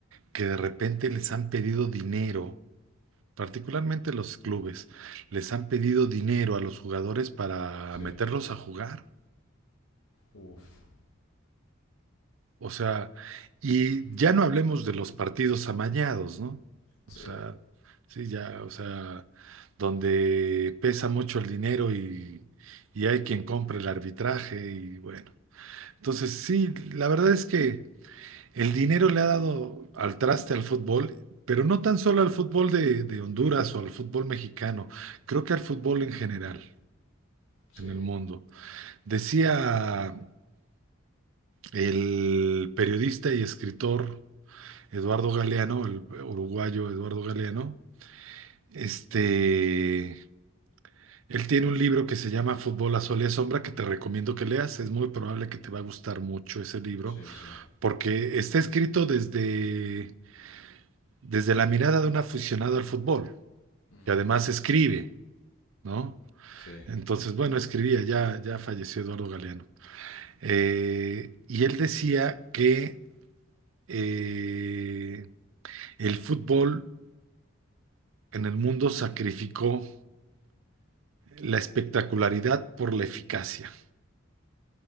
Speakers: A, on the right; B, on the left.
A: que de repente les han pedido dinero particularmente los clubes, les han pedido dinero a los jugadores para
B: Sí,
A: meterlos a jugar.
B: Uf.
A: O sea, y ya no hablemos de los partidos amañados, ¿no?
B: sí,
A: O sea, sí, ya, o sea, donde pesa mucho el dinero y, y hay quien compra el arbitraje y bueno. Entonces, sí, la verdad es que el dinero le ha dado al traste al fútbol, pero no tan solo al fútbol de, de Honduras o al fútbol mexicano, creo que al fútbol en general.
B: sí,
A: en el mundo. Decía el periodista y escritor Eduardo Galeano, el uruguayo Eduardo Galeano, este, él tiene un libro que se llama Fútbol a Sol y a Sombra que te recomiendo que leas. Es muy probable que te va a gustar mucho ese libro
B: sí, sí.
A: porque está escrito desde, desde la mirada de un aficionado al fútbol
B: Ujú,
A: y además escribe, ¿no?
B: Sí,
A: Entonces, bueno, escribía, ya, ya falleció Eduardo Galeano. Eh, y él decía que eh, el fútbol en el mundo sacrificó la espectacularidad por la eficacia.